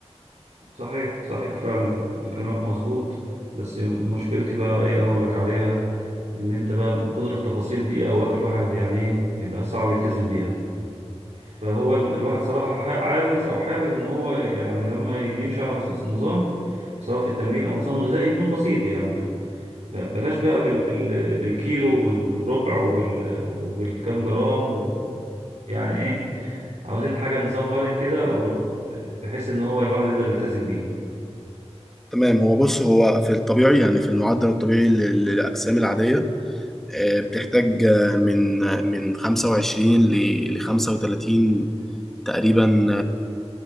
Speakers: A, on the right; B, in the centre.
A: صحيح صحيح فعلا كلامك مظبوط بس مشكلتي بقى ايه اقول لك عليها ان انت بقى من كتر التفاصيل دي اوقات الواحد يعني ايه بيبقى صعب يلتزم بيها فهو ال- الواحد صراحة ح- عاوز أو حابب إن هو يعني لما يمشي على س- نظام سواء في التمرين أو نظام غذائي يكون بسيط يعني ب- بلاش بقى بال بال بالكيلو وبالربع وبال وبالكم جرام و يعني إيه عاوزين حاجة نظام مرن كده أو ر- بحيث إن هو الواحد يقدر يلتزم بيه
B: تمام هو بص هو في الطبيعي يعني في المعدل الطبيعي لل- للاجسام العاديه آه، بتحتاج آه، من من 25 ل 35 تقريبا